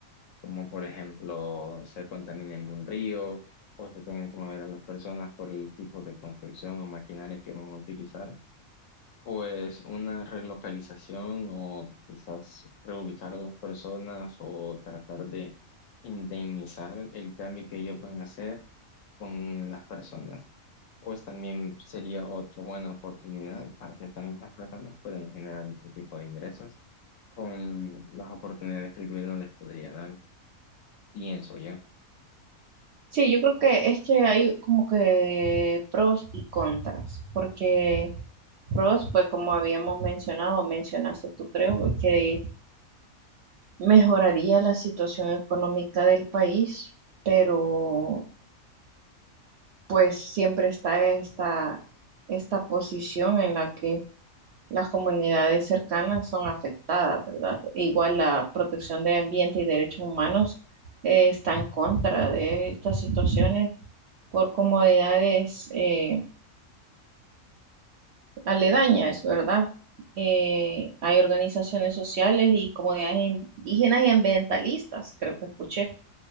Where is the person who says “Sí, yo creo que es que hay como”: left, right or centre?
Right